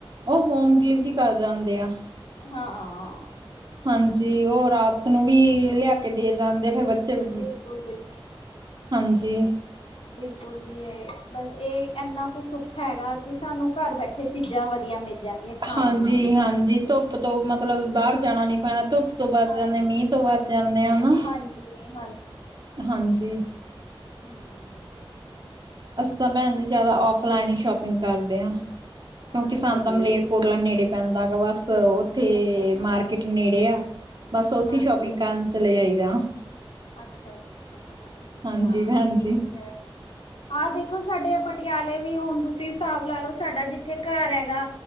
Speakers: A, on the right; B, on the left.
A: ਓ ਹੋਮ ਡਿਲੀਵਰੀ ਕਰ ਜਾਂਦੇ ਆ।
B: ਹਾਂ।
A: ਹਾਂਜੀ, ਉਹ ਰਾਤ ਨੂੰ ਵੀ ਲਿਆ ਕੇ ਦੇ ਜਾਂਦੇ ਫਿਰ ਬ ਫੇਰ,
B: ਬਿਲਕੁਲ ਬਿਲ
A: ਹਾਜੀ।
B: ਬਿਲਕੁਲ ਜੀ, ਏ ਬਸ ਇਹ ਐਨਾ ਕੁ ਸੁੱਖ ਹੈਗਾ ਕਿ ਸਾਨੂੰ ਘਰ ਬੈਠ ਉਥੇ ਚੀਜ਼ਾਂ ਵਧੀਆ ਮਿਲ ਜਾਂਦੀਆਂ। ਖਾਣ
A: ਹਾਂਜੀ-ਹਾਂਜੀ
B: ਪੀਣ ਦੀਆਂ
A: ਧੁੱਪ ਤੋਂ ਮਤਲਬ ਬਾਹਰ ਜਾਣਾ ਨੀ ਪੈਣਾ ਧੁੱਪ ਤੋਂ ਬਚ
B: ਹਾਂਜੀ
A: ਜਾਂਨੇ, ਮੀਂਹ ਤੋਂ ਬਚ ਜਾਂਨੇ ਆ ਨਾ,
B: ਹਾਂਜੀ
A: ਹਾਂਜੀ।
B: ਹੂੰ।
A: ਅਸੀਂ ਤਾਂ ਭੈਣਜੀ ਜਿਆਦਾ ਆਫਲਾਈਨ ਈ ਸ਼ੋਪਿੰਗ ਕਰਦੇ ਆ, ਕਿਉਂਕਿ
B: ਅੱਛਾ
A: ਸਾਨੂੰ
B: ਜੀ,
A: ਤਾਂ ਮਲੇਰਕੋ -ਕੋਟਲਾ ਨੇੜੇ ਪੈਂਦਾ ਗਾ, ਬਸ ਉੱਥੇ
B: ਅੱਛਾ-ਅੱਛਾ,
A: ਮਾਰਕੀਟ ਨੇੜੇ ਆ। ਬਸ ਉੱਥੇ
B: ਹਾਂਜੀ।
A: ਈ ਸ਼ੋਪਿੰਗ ਕਰਨ ਚਲੇ ਜਾਈਦਾ।
B: ਅੱਛਾ-ਅੱਛਾ
A: ਹਾਂਜੀ
B: ਹਾਂ
A: ਭੈਣ
B: ਠੀਕ
A: ਜੀ।
B: ਐ। ਆਹ ਦੇਖੋ ਸਾਡੇ ਪਟਿਆਲੇ ਵੀ ਹੁਣ ਤੁਸੀਂ ਹਿਸਾਬ ਲਾ ਲਓ ਸਾਡਾ ਜਿੱਥੇ ਘਰ ਹੈਗਾ।